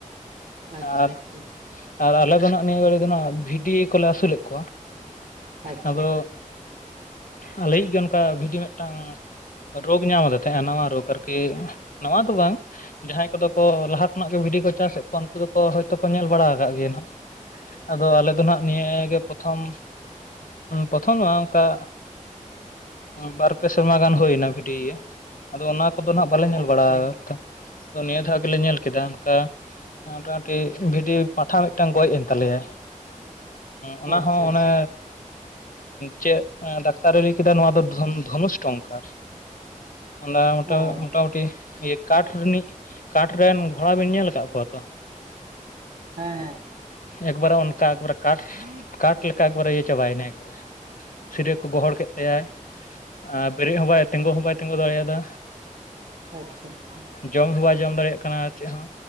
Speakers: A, on the right (about 85°); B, on the left (about 85°).
A: ᱟᱪᱪᱷᱟ
B: ᱟᱨ
A: ᱟᱪᱪᱷᱟ
B: ᱟᱨ ᱟᱞᱮ ᱫᱚ ᱱᱟᱜ ᱱᱤᱭᱟᱹ ᱜᱷᱟᱹᱲᱤ ᱫᱚ ᱦᱟᱸᱜ ᱵᱷᱤᱰᱤ ᱠᱚᱞᱮ ᱟᱹᱥᱩᱞᱮᱫ ᱠᱚᱣᱟ᱾
A: ᱟᱪᱪᱷᱟ
B: ᱟᱫᱚ ᱟᱞᱮᱭᱤᱡ ᱜᱮ ᱚᱱᱠᱟ ᱵᱷᱤᱰᱤ ᱢᱤᱫᱴᱟᱝ ᱨᱳᱜᱽ ᱧᱟᱢ ᱟᱫᱮ ᱛᱟᱦᱮᱸ, ᱱᱟᱣᱟ ᱨᱳᱜᱽ ᱟᱨᱠᱤ ᱱᱟᱣᱟ ᱫᱚ ᱵᱟᱝ ᱡᱟᱦᱟᱸᱭ ᱠᱚᱫᱚ ᱠᱚ ᱞᱟᱦᱟ ᱠᱷᱚᱱᱟᱜ ᱠᱚ ᱵᱷᱤᱰᱤ ᱠᱚ ᱪᱟᱥ ᱮᱜ ᱠᱚᱣᱟ ᱩᱱᱠᱩ ᱫᱚ ᱦᱳᱭᱛᱚ ᱠᱚ ᱧᱮᱞ ᱵᱟᱲᱟ ᱟᱠᱟᱜ ᱜᱮᱭᱟ᱾ ᱱᱟᱜ ᱟᱫᱚ ᱟᱞᱮ ᱫᱚ ᱱᱟᱜ ᱱᱤᱭᱟᱹ ᱜᱮ ᱯᱚᱛᱷᱚᱢ ᱯᱚᱛᱷᱚᱢ ᱫᱚ ᱵᱟᱝ ᱚᱝᱠᱟ? ᱵᱟᱨ ᱯᱮ ᱥᱮᱨᱢᱟ ᱜᱟᱱ ᱦᱳᱭᱱᱟ ᱵᱷᱤᱰᱤᱭᱟᱹ ᱟᱫᱚ ᱚᱱᱟ ᱠᱚᱫᱚ ᱱᱟᱜ ᱵᱟᱞᱮ ᱧᱮᱞ
A: ᱟᱪᱪᱷᱟ
B: ᱵᱟᱲᱟ ᱟᱠᱟᱫ᱾ ᱛᱚ ᱱᱤᱭᱟᱹ ᱫᱷᱟᱣ ᱜᱮᱞᱮ ᱧᱮᱞ ᱠᱮᱫᱟ ᱚᱱᱠᱟ᱾ ᱢᱚᱴᱟᱢᱩᱴᱤ ᱵᱷᱤᱰᱤ ᱯᱟᱴᱷᱟ ᱢᱤᱫᱴᱟᱝ ᱜᱚᱡ ᱮᱱ ᱛᱟᱞᱮᱭᱟᱭ᱾ ᱚᱱᱟ
A: ᱟᱪᱪᱷᱟ
B: ᱦᱚᱸ
A: ᱟᱪᱪᱷᱟ
B: ᱚᱱᱮ ᱪᱮᱫ ᱫᱟᱠ ᱛᱟᱨᱮ ᱞᱮᱭ ᱠᱮᱫᱟ ᱱᱚᱣᱟ ᱫᱚ ᱫᱷᱚᱱᱩᱥᱴᱚᱝᱠᱟᱨ᱾ ᱚᱱᱟ ᱢᱚᱴᱟ
A: ᱚ
B: ᱢᱚᱴᱟᱢᱩᱴᱤ
A: ᱦᱮᱸ
B: ᱤᱭᱟᱹ ᱠᱟᱴ ᱨᱤᱱᱤᱡ, ᱠᱟᱴ ᱨᱮᱱ ᱜᱷᱳᱲᱟ ᱵᱤᱱ ᱧᱮᱞ ᱠᱟᱫ ᱠᱚᱣᱟ ᱛᱚ?
A: ᱦᱮᱸᱻ ᱦᱮᱸᱻ᱾
B: ᱮᱠᱵᱟᱨᱮ ᱚᱱᱠᱟ ᱮᱠᱵᱟᱨᱮ ᱠᱟᱴ
A: <unintelligible>
B: ᱠᱟᱴ ᱞᱮᱠᱟ ᱮᱠᱵᱟᱨᱮ ᱤᱭᱟᱹ ᱪᱟᱵᱟᱭ ᱱᱟᱭ, ᱮᱠᱵᱟᱨᱮ ᱥᱤᱨᱟᱹ ᱠᱚ ᱜᱚᱦᱚᱲ ᱠᱮᱫ ᱛᱟᱭᱟᱭ ᱟᱨ ᱵᱮᱨᱮᱜ ᱦᱚᱸ ᱵᱟᱭ ᱛᱮᱸᱜᱳ ᱦᱚᱸ ᱵᱟᱭ ᱛᱮᱸᱜᱳ ᱫᱟᱲᱮᱭᱟᱫᱟ᱾
A: ᱟᱪᱪᱷᱟᱻ ᱟᱪᱪᱷᱟᱻ᱾
B: ᱡᱚᱢ ᱦᱚᱸ ᱵᱟᱭ ᱡᱚᱢ ᱫᱟᱲᱮᱭᱟᱜ ᱠᱟᱱᱟ, ᱟᱨ ᱪᱮᱫ ᱦᱮᱸᱻ